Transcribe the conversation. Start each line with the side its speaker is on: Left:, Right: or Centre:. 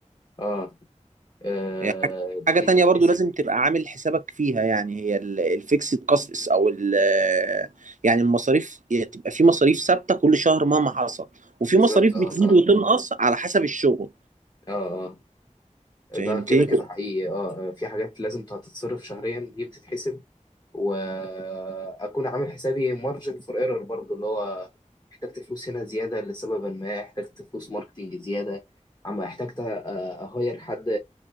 Left: اه, آه
Right: هي حاجة حاجة تانية
Left: دي تتحسب
Right: برضو لازم تبقى عامل حسابك فيها يعني هي الفيكسد كاستس او ال يعني المصاريف هي تبقى في مصاريف ثابتة كل شهر مهما حصل وفي
Left: بالظبط
Right: مصاريف
Left: اه
Right: بتزيد
Left: اه
Right: وتنقص على حسب الشغل
Left: اه آه. ده
Right: فهمتني؟
Left: كده كده حقيقي اه آه، في حاجات لازم هتتصرف شهريا دي بتتحسب واكون عامل حسابي مارجن فور ايرور برضو اللي هو احتجت فلوس هنا زياده لسبب ما احتجت فلوس ماركتينج زياده عم احتجت اهير حد